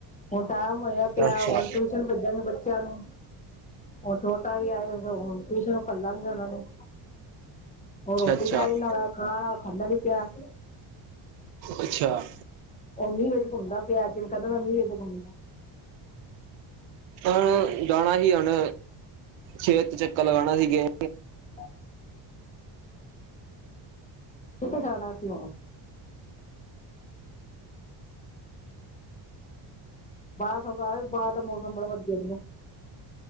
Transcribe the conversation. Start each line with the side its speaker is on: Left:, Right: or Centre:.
Left: ਹੁਣ ਟਾਈਮ ਹੋਇਆ ਪਿਆ
Right: ਅੱਛਾ
Left: ਹੁਣ ਟਿਊਸ਼ਨ ਭਜਣ ਨੂੰ ਬੱਚਿਆਂ ਨੂੰ ਉਹ ਛੋਟਾ ਵੀ ਐ ਤੇ ਹੁਨ ਛ ਨੂੰ ਪ ਲਾਂਗੇ <inaudible> ਉਹਨਾਂ ਨੇ
Right: ਅੱਛਾ-ਅੱਛਾ-ਅੱਛਾ
Left: ਹਰ ਰੋਟੀ ਕਿਆ ਵੀ ਨਾਲ ਖਾ ਖਾਂਦਾ ਵੀ ਕਿਆ <inaudible>
Right: ਅੱਛਾ
Left: ਉਹ ਮੀਂਹ ਵਿੱਚ ਘੁੰਮਦਾ ਪਿਆ ਕੇ ਵੀ ਕਹਿੰਦਾ ਮੀਂਹ ਵਿੱਚ ਘੁੰਮਨਾ
Right: ਹਾ ਜਾਣਾ ਸੀ ਹੁਣ ਛੇਤ ਚੱਕਰ ਲਗਾਉਣਾ ਸੀਗੇ
Left: <unintelligible> ਕਿੱਥੇ ਜਾਣਾ ਸੀ ਹੁਣ? ਬਾਰਿਸ਼ ਤੋ ਬਾਦ ਬਾਹਰ ਦਾ ਮੌਸਮ ਬੜਾ ਵਧੀਆ